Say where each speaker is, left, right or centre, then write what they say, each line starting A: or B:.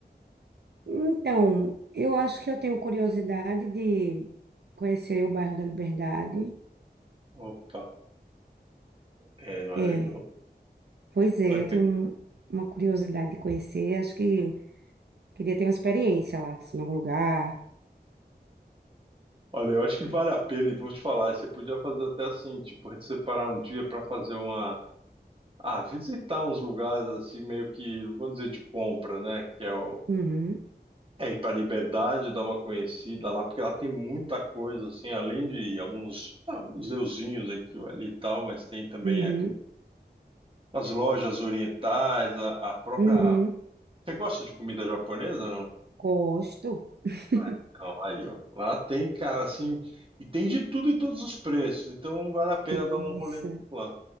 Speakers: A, on the right; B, on the right.
A: Então, eu acho que eu tenho curiosidade de conhecer o bairro da Liberdade.
B: Opa, é, não, é
A: É.
B: legal.
A: Pois é,
B: Né?
A: eu tenho um- uma curiosidade de conhecer, acho que queria ter uma experiência lá, assim, em algum lugar.
B: Olha, eu acho que vale a pena, e vou te falar, você podia fazer até assim, tipo, separar um dia para fazer uma. Ah, visitar uns lugares assim, meio que, vamos dizer, de compra, né? Que é o.
A: Uhum,
B: É, ir para Liberdade, dar uma conhecida lá, porque lá tem muita coisa, assim, além de alguns ah, museuzinhos aqui ou ali e tal, mas tem também
A: uhum,
B: a As lojas orientais, a, a própria.
A: uhum.
B: Você gosta de comida japonesa, não?
A: Gosto. <laughs>
B: Ah, então, aí, ó. Lá tem, cara, assim. E tem de tudo e todos os preços. Então vale a pena
A: Isso.
B: dar um rolê lá.